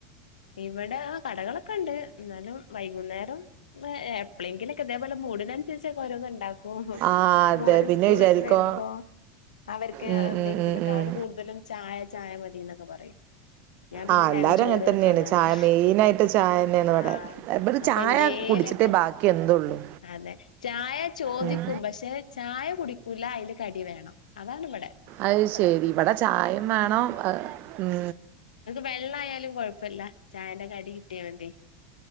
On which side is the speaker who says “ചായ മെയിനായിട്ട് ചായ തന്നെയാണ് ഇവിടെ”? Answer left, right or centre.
Right